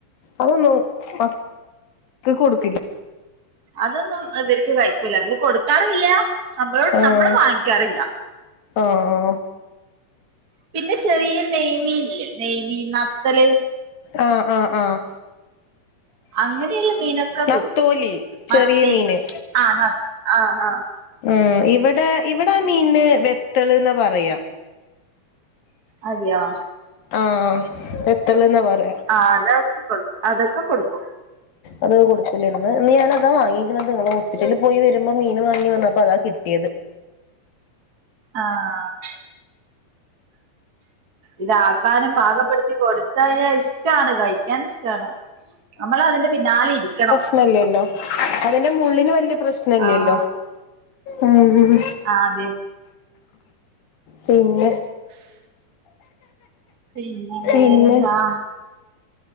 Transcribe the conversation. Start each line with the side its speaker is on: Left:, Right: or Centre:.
Left: അതൊന്നും അത് കൊട്ക്കില്ല
Right: അതൊന്നും ഇവര്ക്ക് കഴിക്കൂല ഇവര് കൊടുക്കാറില്ല നമ്മളോട്
Left: ആഹ്
Right: നമ്മള് വാങ്ങിക്ക്യാറില്ല.
Left: ആഹ്.
Right: പിന്നെ ചെറിയ നെയ്മീൻല്ലെ നെയ്മീ നത്തല്.
Left: ആഹ് ആഹ് ആഹ്.
Right: അങ്ങനെയുള്ള മീനൊക്കെ
Left: നത്തോലി
Right: കൊടുക്കും
Left: ചെറിയ
Right: മത്തി
Left: മീന്
Right: ആ ആ ആഹ്.
Left: ഉം ഇവിടെ ഇവിടൊ മീൻന് വെത്തള് ന്നാ പറയാ.
Right: അതെയോ.
Left: ആഹ് ആ വെത്തള് ന്നാ പറയാ.
Right: ആഹ് അതൊക്കെ അതൊക്കെ കൊടുക്കും.
Left: അത് കൊടുത്തില്ലന്ന് ന്ന്ഞാനതാ വാങ്ങിക്കണത് ങ്ങള് ഹോസ്പിറ്റൽല് പോയി വരുമ്പം മീന് വാങ്ങി വന്നപ്പതാ കിട്ട്യത്.
Right: ആഹ്. ഇതാക്കാനും പാകപ്പെടുത്തി കൊടുത്തയ്ഞ ഇഷ്ടാണ് കഴിക്ക്യാൻ ഇഷ്ടാണ്. നമ്മളതിന്റെ പിന്നാലെ ഇരിക്കണം.
Left: ണല്ലല്ലോ അതിന്റെ മുള്ളിന് വല്ല്യ. പ്രശ്നല്ലല്ലോ
Right: ആ അതെ
Left: ഉം.
Right: ആ അതെ
Left: പിന്നെ.
Right: പിന്നെ വേറെന്താ.
Left: പിന്നെ